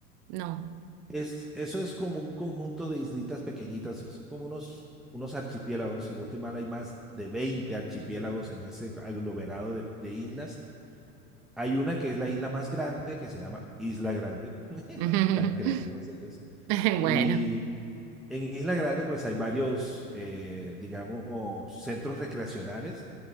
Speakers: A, on the right (about 30°); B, in the centre.
A: No.
B: Es, eso es como un conjunto de islitas pequeñitas, eh, son como unos, unos archipiélagos, si no estoy mal, hay más de 20 archipiélagos en ese aglomerado de, de islas. Hay una que es la isla más grande, que se llama Isla Grande, <laughs>
A: <laughs>
B: tan creativos ellos. Y
A: Bueno.
B: en Isla Grande pues hay varios, eh, digamos, centros recreacionales